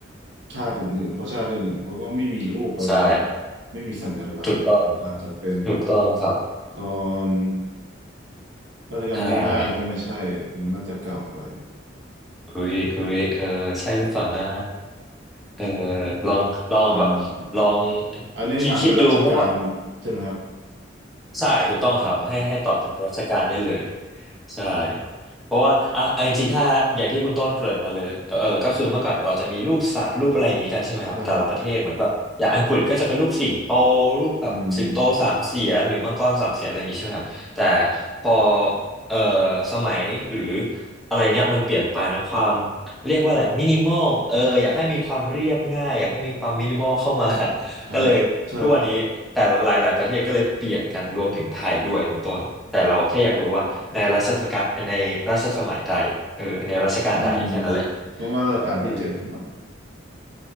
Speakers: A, on the right; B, in the centre.
A: ชาติอื่นๆเพราะชาติอื่นๆเขาก็ไม่มีรูปอะไรละ
B: ใช่
A: ไม่มีสัญลักษณ์อาจจะเป็น
B: ถูกต้องถูกต้องครับ
A: ตอนรัชกาลที่ห้าก็ไม่ใช่มันน่าจะเก่าไป
B: ได้ อุ้ยอุ้ยเออใช่หรือเปล่านะเออลองลองแบบลอง
A: อ่าอันนี้ถามเป็นรัชกาล
B: คิดคิดดูเพราะว่า
A: ใช่ไหมครับ
B: ใช่ถูกต้องครับให้ให้ตอบถึงราชการได้เลย
A: อ๋อครับ
B: ใช่เพราะว่าอ่ะอ่ะจริงๆถ้าอย่างที่คุณต้นเกริ่นมาเลยเออเออก็คือเมื่อก่อนเราจะมีรูปสัตว์รูปอะไรอย่างนี้กันใช่ไหมครับแต่ละประเทศเหมือนแบบอย่างอังกฤษก็จะเป็นรูปสิงโต
A: ใช่
B: รูปแบบสิงโตสามเสียนหรือมังกรสามเสียนอะไรอย่างนี้ใช่ไหมครับแต่
A: อืม
B: พอเออสมัยหรืออะไรเงี้ยมันเปลี่ยนไปเนอะความเรียกว่าอะไรมินิมอลเอออยากให้มีความเรียบง่ายอยากให้มีความมินิมอลเข้ามา
A: ครับใช่
B: <laughs> ก็เลย ทุกวันนี้แต่ละหลายๆประเทศก็เลยเปลี่ยนกันรวมถึงไทยด้วยคุณต้นแต่เราแค่อยากรู้ว่าในรัชสกาลในรัชสมัยใดเออในรัชกาลใดแค่นั้นแหละ
A: อืมประมาณรัชกาลที่เจ็ดครับ
B: เออ